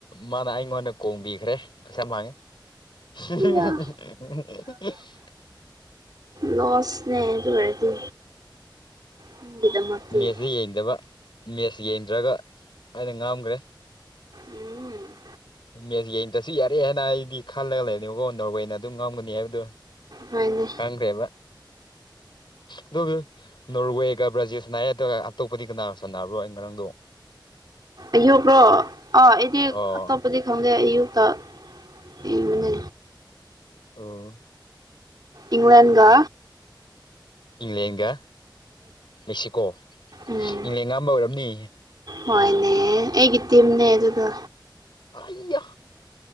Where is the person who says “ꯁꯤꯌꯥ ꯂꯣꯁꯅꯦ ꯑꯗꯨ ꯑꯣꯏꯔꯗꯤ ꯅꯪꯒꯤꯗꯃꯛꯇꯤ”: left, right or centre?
Right